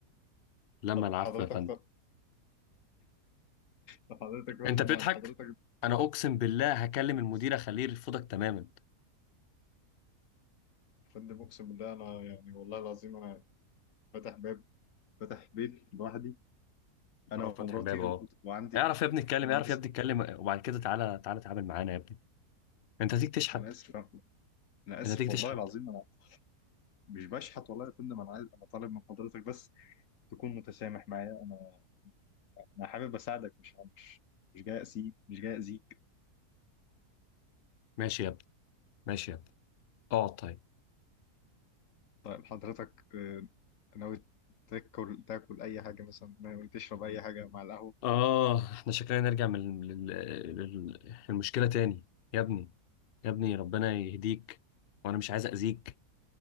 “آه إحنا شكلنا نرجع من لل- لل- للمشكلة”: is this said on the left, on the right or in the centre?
Left